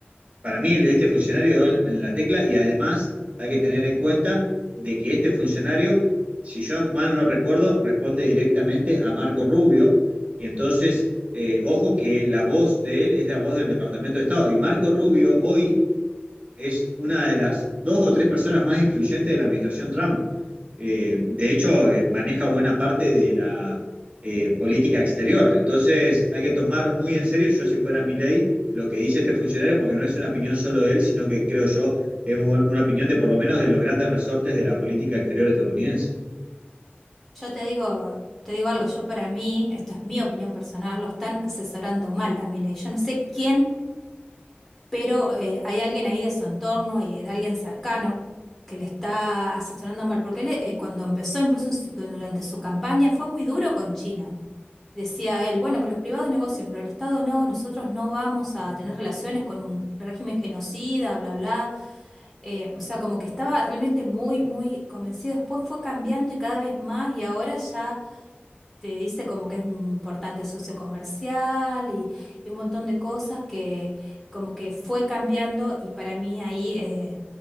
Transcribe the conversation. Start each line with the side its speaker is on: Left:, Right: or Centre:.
Right: para mí este funcionario dio en la tecla y además hay que tener en cuenta de que este funcionario, si yo mal no recuerdo, responde directamente a Marco Rubio y entonces, eh, ojo que la voz de él es la voz del Departamento de Estado y Marco Rubio hoy es una de las dos o tres personas más influyentes de la administración Trump. Eh, de hecho, eh, maneja buena parte de la eh, política exterior. Entonces, hay que tomar muy en serio, yo si fuera mi ley, lo que dice este funcionario, porque no es una opinión solo de él, sino que creo yo es una opinión de por lo menos de los grandes resortes de la política exterior estadounidense.
Centre: Yo te digo, te digo algo, yo para mí, esto es mi opinión personal, lo están asesorando mal a Milei. Yo no sé quién, pero eh, hay alguien ahí de su entorno y de alguien cercano que le está asesorando mal, porque él eh, cuando empezó, incluso en su- durante su campaña, fue muy duro con China. Decía él, bueno, que los privados negocien, pero el Estado no, nosotros no vamos a tener relaciones con un régimen genocida, bla, bla. Eh, o sea, como que estaba realmente muy, muy convencido. Después fue cambiando y cada vez más, y ahora ya te dice como que es un importante socio comercial y, y un montón de cosas que como que fue cambiando y para mí ahí eh,